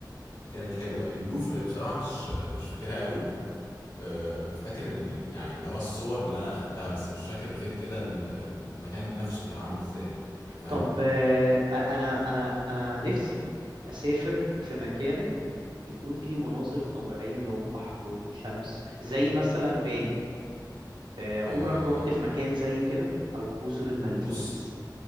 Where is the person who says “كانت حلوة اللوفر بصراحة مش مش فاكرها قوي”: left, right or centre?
Left